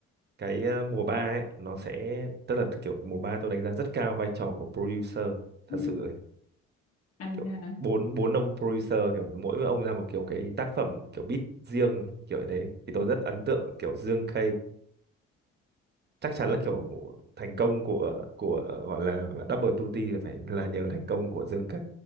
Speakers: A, on the right; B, on the left.
A: cái ờ, mùa 3 ấy nó sẽ tức là kiểu mùa 3 tôi đánh giá rất cao vai trò của producer thật
B: ừ,
A: sự
B: anh
A: kiểu
B: à,
A: bốn bốn ông producer kiểu mỗi ông ra một kiểu cái tác phẩm kiểu beat riêng kiểu như thế thì tôi
B: ừ,
A: rất ấn tượng kiểu Dương K chắc chắn là kiểu thành công của của gọi là Double tutti là phải là nhờ thành công của Dương K